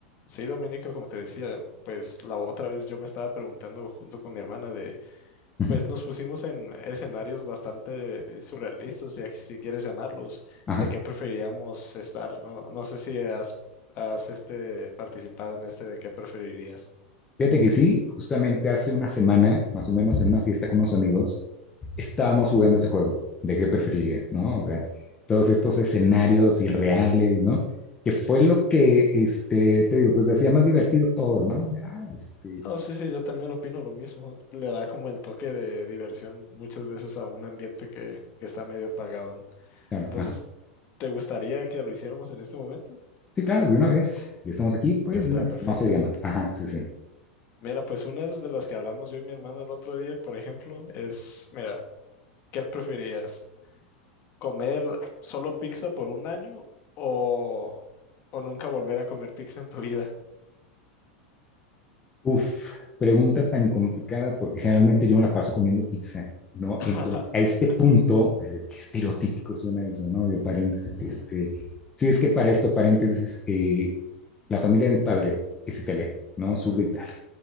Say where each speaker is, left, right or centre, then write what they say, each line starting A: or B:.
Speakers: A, on the left (about 35°); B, on the left (about 15°).
A: Sí, Dominico, como te decía, pues la otra vez yo me estaba preguntando junto con mi hermana de,
B: Ujú,
A: pues nos pusimos en escenarios bastante surrealistas, si, si quieres llamarlos,
B: Ajá.
A: de qué preferiríamos estar, ¿no? No sé si has, has este, participado en este de qué preferirías.
B: Fíjate que sí, justamente hace una semana, más o menos en una fiesta con unos amigos, estábamos
A: Ujú.
B: jugando ese juego de qué preferirías, ¿no? O sea, todos estos escenarios irreales, ¿no? Que fue lo que, este, te digo, pues hacía más divertido todo, ¿no? Ah, este,
A: No, sí, sí, yo también opino lo mismo. Le da como el toque de diversión muchas veces a un ambiente que, que está medio apagado.
B: claro,
A: Entonces,
B: ajá.
A: ¿te gustaría que lo hiciéramos en este momento?
B: Sí, claro, de una vez. Ya estamos aquí, pues
A: Ya está
B: de una
A: perfecto.
B: vez. No se diga más. Ajá, sí, sí.
A: Mira, pues unas de las que hablamos yo y mi hermano el otro día, por ejemplo, es, mira, ¿qué preferías? ¿Comer solo pizza por un año o, o nunca volver a comer pizza en tu vida?
B: Uf, pregunta tan complicada porque generalmente yo me la paso comiendo pizza, ¿no?
A: <laughs>
B: Entonces, a este punto, eh, qué estereotípico suena eso, ¿no? De paréntesis.
A: Ujú,
B: Este, sí, es que para esto, paréntesis, eh, la familia de mi padre es italiana, ¿no? Sur de Italia.